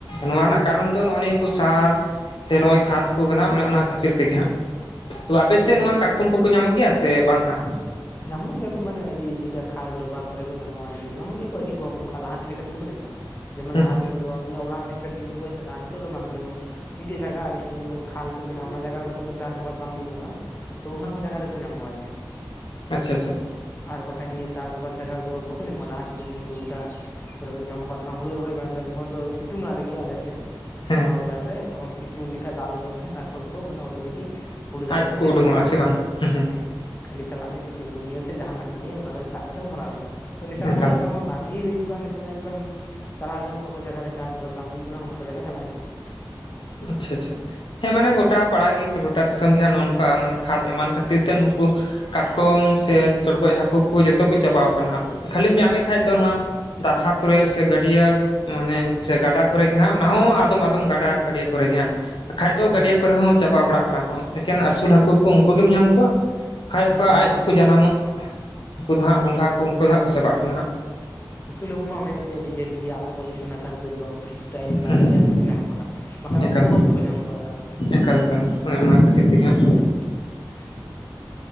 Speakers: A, on the left; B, on the left.
A: ᱱᱚᱣᱟ ᱨᱮᱱᱟᱜ
B: ᱦᱮᱸ
A: ᱠᱟᱨᱚᱱ
B: ᱦᱮᱸ
A: ᱫᱚ ᱱᱚᱜᱚ ᱱᱤᱭᱟᱹ ᱠᱩᱥᱟᱨ ᱥᱮ ᱱᱚᱜᱚᱭ ᱠᱷᱟᱫᱽ ᱠᱚ ᱠᱟᱱᱟ ᱚᱱᱮ ᱚᱱᱟ ᱠᱷᱟᱹᱛᱤᱨ ᱛᱮᱜᱮ ᱦᱟᱸᱜ ᱛᱚ ᱟᱯᱮ ᱥᱮᱫ ᱱᱚᱣᱟ
B: ᱪᱮᱫ
A: ᱠᱟᱴᱠᱚᱢ ᱠᱚᱠᱚ ᱧᱟᱢᱚᱜ ᱜᱮᱭᱟ ᱥᱮ ᱵᱟᱝ ᱦᱟᱸᱜᱲ?
B: ᱧᱟᱢᱚᱜ ᱜᱮᱭᱟ ᱠᱚ ᱢᱟᱱᱮ ᱟᱹᱰᱤ ᱡᱮᱴᱟ ᱠᱷᱟᱞ ᱰᱚᱵᱟ ᱠᱚᱨᱮ ᱠᱚ ᱧᱟᱢᱚᱜᱼᱟ ᱟᱨᱠᱤ ᱧᱟᱢᱚᱜ ᱜᱮᱭᱟ ᱠᱚ ᱟᱹᱰᱤ ᱠᱚᱢ ᱚᱱᱠᱟ ᱞᱟᱦᱟ ᱞᱮᱠᱟᱛᱮ ᱵᱟᱠᱚ ᱧᱟᱢᱚᱜ ᱠᱟᱱᱟ ᱡᱮᱢᱚᱱ
A: ᱦᱩᱸ
B: ᱞᱟᱦᱟ
A: ᱦᱩᱸ
B: ᱛᱮᱫᱚ ᱱᱤᱭᱟᱹ ᱚᱲᱟᱜ ᱵᱷᱮᱫ ᱯᱮ ᱛᱮᱜᱮᱢ ᱜᱚᱡ ᱛᱷᱟᱠᱟ ᱟ ᱱᱤᱛᱚᱜ ᱫᱚ ᱵᱟᱝ ᱡᱮᱢᱱ ᱢᱤᱫᱴᱮᱡ ᱡᱟᱭᱜᱟ ᱨᱤᱜᱩ ᱡᱮᱢᱚᱱ ᱠᱷᱟᱞ ᱠᱚ ᱢᱮᱱᱟᱜᱼᱟ ᱚᱱᱟ ᱡᱜᱟ ᱨᱮᱫᱚ ᱠᱳᱱᱚ ᱪᱟᱥ ᱟᱵᱟᱫ ᱵᱟᱝ ᱦᱳᱭᱳᱜ ᱠᱟᱱᱟ ᱛᱚ ᱚᱱᱟ ᱠᱚ ᱡᱟᱭᱜᱟ ᱨᱮᱠᱚ ᱧᱟᱢᱚᱜᱼᱟ ᱟᱨᱠᱤ
A: ᱟᱪᱷᱟ ᱟᱪᱷᱟ
B: ᱟᱨ ᱵᱟᱠᱟᱱ ᱱᱤᱭᱟᱹ ᱪᱟᱥ ᱟᱵᱟᱫ ᱡᱟᱭᱜᱟ ᱨᱮᱫᱚ ᱵᱟᱠᱚ ᱧᱟᱢᱚᱜᱼᱟ ᱞᱟᱦᱟ ᱡᱮᱢᱚᱱ ᱦᱩᱲᱩ ᱜᱚᱰᱟᱼᱼ ᱠᱚᱨᱮ ᱠᱚ ᱧᱟᱢᱚᱜ ᱠᱟᱱ ᱛᱟᱦᱮᱱᱟ ᱦᱩᱲᱩ ᱨᱚᱦᱚᱭ ᱵᱟᱲᱟ ᱠᱟᱛᱮᱫ ᱡᱟᱦᱟᱸᱭ ᱫᱚ ᱥᱤᱛᱩᱝᱼᱟ ᱨᱮᱜᱮ ᱟᱞᱮ ᱥᱮᱫᱼᱼ ᱛᱚᱠᱷᱚᱱ
A: ᱦᱮᱸ
B: ᱚᱱᱟ ᱚᱭᱮᱫᱟᱨ ᱨᱮ ᱛᱚᱠᱷᱚᱱᱟᱜ ᱳᱭᱮᱫᱟᱨ ᱨᱮ ᱛᱚᱠᱷᱚᱱ ᱥᱤᱛᱩᱝ ᱞᱮᱠᱷᱟᱱ ᱫᱟᱜ ᱞᱚᱞᱚ ᱞᱮᱠᱷᱟᱱ ᱠᱟᱴᱠᱚᱢ ᱠᱚ ᱢᱟᱱᱮ ᱚᱴᱳᱢᱮᱴᱤᱠᱼᱼ ᱦᱩᱲᱩ ᱫᱟᱨᱮ
A: ᱟᱡ
B: ᱨᱮᱠᱚ
A: ᱛᱮᱠᱚ
B: ᱫᱮᱡᱚᱜ
A: ᱩᱰᱩᱝᱚᱜᱼᱟ
B: ᱠᱟᱱ ᱛᱟᱦᱮᱱᱚᱜ
A: ᱥᱮ ᱵᱟᱝ? ᱦᱩᱸ ᱦᱩᱸ
B: ᱦᱮᱸ᱾ ᱠᱷᱟᱹᱞᱤ ᱪᱟᱞᱟᱜ ᱢᱮ ᱴᱤᱯᱤᱱ ᱠᱚ ᱱᱤᱭᱟᱹ ᱥᱮ ᱡᱟᱦᱟᱱᱟᱜ ᱠᱚ ᱱᱤᱭᱟᱹ ᱚᱱᱟ ᱨᱮᱢ ᱥᱟᱵ ᱠᱟᱛᱮᱢ ᱵᱷᱚᱨᱟᱣ ᱠᱚᱣᱟ᱾ ᱛᱚ ᱱᱮᱛᱟᱨ
A: ᱮᱠᱟᱞ
B: ᱢᱟ ᱚᱱᱠᱟ ᱢᱟ ᱵᱟᱝᱜᱮ ᱦᱳᱭᱳᱜ ᱠᱟᱱᱼᱼ ᱛᱚᱵᱮ ᱮᱠᱫᱚᱢ ᱪᱟᱞᱟᱜ ᱦᱳᱭᱼᱟ ᱚᱠᱟ ᱠᱚ ᱡᱟᱭᱜᱟ ᱨᱮ ᱪᱟᱥᱵᱟᱥ ᱵᱟᱝ ᱦᱩᱭᱩᱜ ᱠᱟᱱᱟ ᱚᱱᱟ ᱠᱚ ᱡᱟᱭᱜᱟ ᱪᱟᱞᱟᱜ ᱦᱩᱭᱩᱜ ᱠᱟᱱᱟ᱾
A: ᱟᱪᱪᱷᱟ ᱟᱪᱪᱷᱟ᱾ ᱦᱮᱸ ᱢᱟᱱᱮ ᱜᱚᱴᱟ ᱯᱟᱲᱟ ᱜᱮ ᱥᱮ ᱜᱚᱴᱟ ᱫᱤᱥᱚᱢ ᱜᱮ ᱦᱟᱜ ᱱᱚᱜ ᱱᱚᱝᱠᱟ ᱢᱟᱱᱮ ᱠᱷᱟᱛ ᱮᱢᱟᱱ ᱠᱷᱟᱹᱛᱤᱨ ᱛᱮ ᱱᱩᱱᱠᱩᱼᱼ ᱠᱟᱴᱠᱚᱢ ᱥᱮ ᱪᱚᱲᱜᱚᱡ ᱦᱟᱹᱠᱩ ᱠᱚ ᱡᱚᱛᱚ ᱠᱚ ᱪᱟᱵᱟ ᱠᱚᱼᱼ ᱠᱷᱟᱹᱞᱤᱢ ᱧᱟᱢᱮ ᱠᱷᱟᱡ ᱫᱚ ᱱᱚᱣᱟ ᱫᱟᱨᱦᱟ ᱠᱚᱨᱮ ᱥᱮ ᱜᱟᱹᱰᱭᱟᱹ ᱢᱟᱱᱮᱼᱼ ᱥᱮ ᱜᱟᱰᱟ ᱠᱚᱨᱮ ᱜᱮ ᱦᱟᱸᱜᱼᱼ ᱟᱫᱚᱢ ᱟᱫᱚᱢ ᱜᱟᱰᱟ ᱜᱟᱹᱰᱭᱟᱹ ᱠᱚᱨᱮ ᱜᱮ ᱦᱟᱸᱜ ᱵᱟᱠᱷᱟᱡ ᱫᱚ
B: ᱦᱳᱭ
A: ᱜᱟᱹᱰᱭᱟᱹ ᱠᱚᱨᱮ ᱦᱚᱸ ᱪᱟᱵᱟ ᱵᱟᱲᱟᱜ ᱠᱟᱱᱟ ᱠᱚ ᱮᱠᱮᱱᱼᱼ ᱩᱞ ᱦᱟᱹᱠᱩ ᱠᱚ ᱩᱱᱠᱩ ᱜᱮᱢ ᱧᱟᱢ ᱠᱚᱣᱟ ᱵᱟᱠᱷᱟᱡ
B: ᱦᱮᱸ
A: ᱚᱠᱟ
B: ᱱᱮᱛᱟᱨ
A: ᱟᱡ ᱛᱮᱠᱚ
B: ᱩᱱᱠᱩ
A: ᱡᱟᱱᱟᱢᱚᱜᱼᱼ ᱩᱱᱠᱩ ᱫᱚ ᱦᱟᱸᱜ ᱜᱚᱝᱜᱷᱟ ᱠᱚ ᱩᱱᱠᱩ ᱫᱚ ᱦᱟᱸᱜ ᱠᱚ ᱪᱟᱵᱟᱜ ᱠᱟᱱᱟ ᱦᱟᱸᱜ᱾
B: ᱟᱹᱥᱩᱞ ᱦᱟᱠᱩ ᱢᱟ ᱚᱱᱮᱛᱮ ᱱᱤᱡᱮ ᱛᱮᱜᱮ ᱟᱲᱟᱜ ᱠᱚ ᱦᱩᱭᱩᱜ ᱠᱟᱱᱟ ᱛᱟᱨᱯᱚᱨᱮ ᱡᱚᱢ ᱠᱤᱪᱷᱩᱴᱟ ᱮᱢ ᱵᱟᱲᱟ
A: ᱦᱮᱸ
B: ᱠᱟᱛᱮ ᱚᱱᱮ ᱠᱚ ᱧᱟᱢᱚᱜ ᱠᱟᱱᱟᱼᱼ ᱠᱟᱱᱟ ᱵᱟᱠᱷᱟᱡ ᱩᱱᱠᱩ
A: ᱮᱠᱟᱞ
B: ᱦᱚᱸ ᱵᱟᱠᱚ ᱧᱟᱢ ᱠᱚᱣᱟ ᱫᱟᱨᱟ᱾
A: ᱮᱠᱟᱞ ᱮᱠᱟᱞ ᱚᱱᱮ ᱚᱱᱟ ᱠᱷᱟᱹᱛᱤᱨ ᱛᱮᱜᱮ
B: <unintelligible>
A: ᱦᱟᱸᱜ